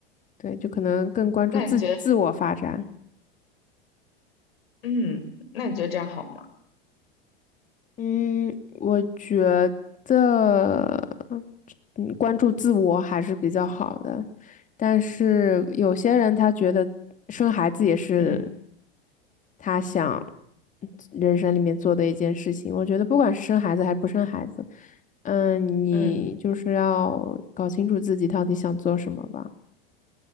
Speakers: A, on the left; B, on the left.
A: 对，就可能更关注自自我发展。
B: 那你觉得，嗯，那你觉得这样好吗？
A: 嗯，我觉得，嗯，关注自我还是比较好的，但是有些人他觉得生孩子也是
B: 嗯
A: 他想嗯人生里面做的一件事情。我觉得不管是生孩子还是不生孩子，嗯，你就是要搞清楚自己到底想做什么吧，
B: 嗯